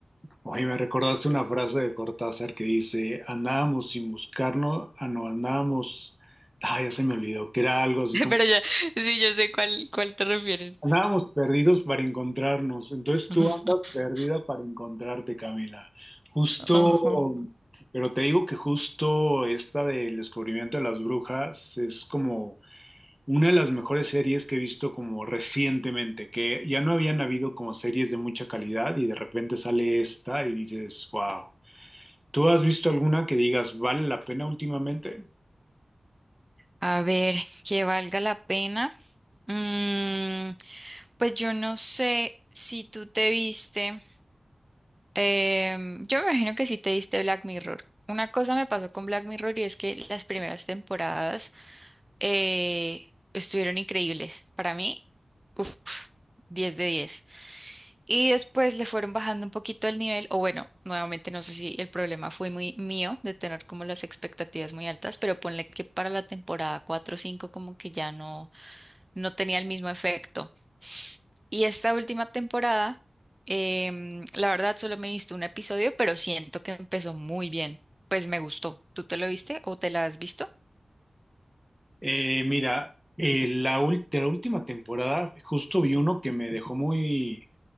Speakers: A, in the centre; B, on the right (about 20°).
A: Oye, me recordaste una frase de Cortázar que dice, andábamos sin buscarnos, ah, no, andábamos, ah, ya se me olvidó, que era algo así
B: <laughs>
A: como,
B: Pero ya, sí, yo sé cuál, cuál te refieres.
A: andábamos perdidos para encontrarnos. Entonces
B: <laughs>
A: tú andas perdida para encontrarte, Camila. Justo,
B: Ajá.
A: pero te digo que justo esta del descubrimiento de las brujas es como una de las mejores series que he visto como recientemente, que ya no habían habido como series de mucha calidad y de repente sale esta y dices, wow. ¿Tú has visto alguna que digas vale la pena últimamente?
B: A ver, que valga la pena. Mm, pues yo no sé si tú te viste. em, yo me imagino que sí te viste Black Mirror. Una cosa me pasó con Black Mirror y es que las primeras temporadas eh, estuvieron increíbles. Para mí, uff, 10 de diez Y después le fueron bajando un poquito el nivel, o bueno, nuevamente no sé si el problema fue muy mío de tener como las expectativas muy altas, pero ponle que para la temporada 4 o 5 como que ya no, no tenía el mismo efecto. Y esta última temporada, em, la verdad solo me he visto un episodio, pero siento que empezó muy bien. Pues me gustó. ¿Tú te lo viste o te la has visto?
A: Eh, mira, eh, la ul- de la última temporada justo vi uno que me dejó muy,